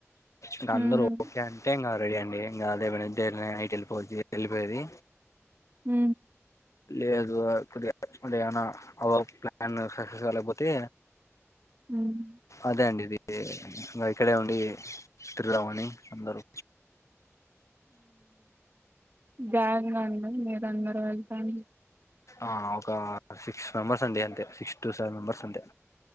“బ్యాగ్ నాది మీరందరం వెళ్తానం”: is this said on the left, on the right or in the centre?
Right